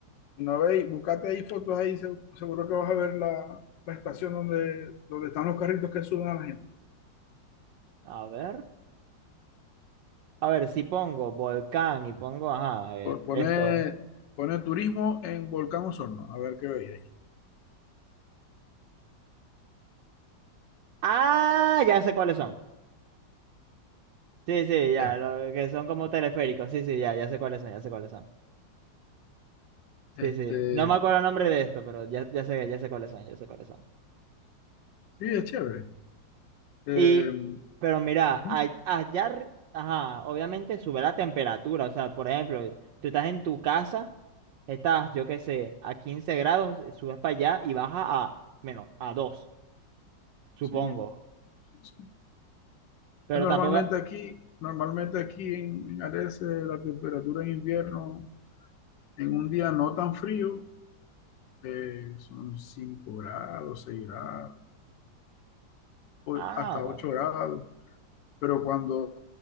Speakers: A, on the left; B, on the right.
A: Y no veis, buscate ahí fotos ahí, se- seguro que vas a ver la, la estación donde, donde están los carritos que suben a la gente.
B: A ver, a ver, si pongo volcán y pongo, ajá, eh,
A: Po- Pone,
B: esto.
A: pone turismo en Volcán Osorno, a ver qué veis ahí.
B: Ah, ya sé cuáles son. Sí, sí, ya,
A: Ya.
B: lo que son como teleféricos. Sí, sí, ya, ya sé cuáles son, ya sé cuáles son.
A: Este,
B: Sí, sí. No me acuerdo el nombre de esto, pero ya, ya sé, ya sé cuáles son, ya sé cuáles son.
A: sí, es chévere. Eh,
B: Y, pero mira,
A: ujú,
B: a- allá, arri- ajá, obviamente sube la temperatura. O sea, por ejemplo, tú estás en tu casa, estás, yo qué sé, a 15 grados, eh, subes para allá y baja a menos, a 2 supongo.
A: sí, sí, sí.
B: Pero
A: Normalmente
B: tampoco.
A: aquí, normalmente aquí en, en Arese la temperatura en invierno, en un día no tan frío, eh, son 5 grados, 6 grados, o-
B: Ah,
A: hasta
B: bueno.
A: 8 grados. Pero cuando